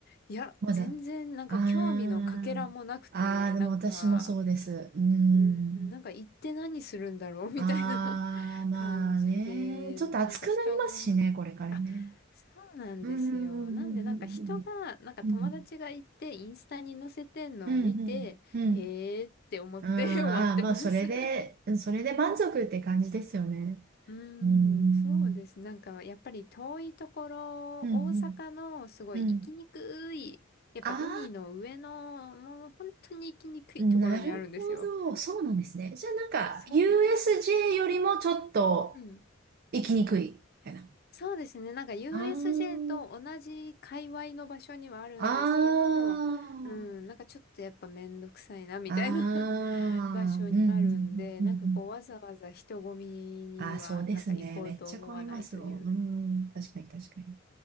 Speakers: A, on the left; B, on the right.
A: いや、
B: まだ。
A: 全然、なんか、
B: あー、
A: 興味のかけらもなくて、
B: あー、でも私もそうです。
A: なんか、
B: うん。
A: うーん、なんか、行って何するんだろうみたいな
B: あー、
A: <laughs>
B: まあね、
A: 感じで、
B: ちょっと暑くなりますしね、
A: なんか、人が、
B: これからね。
A: あそうなんですよ。
B: うん、うん、
A: なんでなんか人が、
B: うん、うん、
A: なんか友達がいて、
B: うん。
A: インスタに載せてんのを見て、
B: うん、うん、うん、うん。
A: へーって思って
B: うん、ああ、
A: <laughs> 終わってます。
B: まあ、それで、
A: <laughs> う
B: うんそれで満足って感じですよね。
A: ーん、
B: うん。
A: そうです。なんかやっぱり遠いところ、
B: うん、
A: 大阪のすごい行きにくい、
B: うん。うん。
A: やっぱ海の上の、
B: あ
A: もう本当に行きにくいところにあるんですよ。
B: あ、なるほど。そうなんですね。じゃあ、なんか、
A: そうです。
B: USJ よりもちょっと
A: うん。
B: 行きにくい、みたいな。
A: そうですね。なんか USJ
B: あ
A: と同じ界隈の場所にはあるんですけど、
B: あ、あ
A: うん、なんかちょっとやっぱめんどくさいなみたいな
B: あ、
A: <laughs> 場所にあるんで、
B: あーうん、うん、
A: なんかこうわざわざ人混みにはなんか行こうと思わないという。
B: うん、うん。あーそうですね。めっちゃ混みますもん。うん、確かに確かに。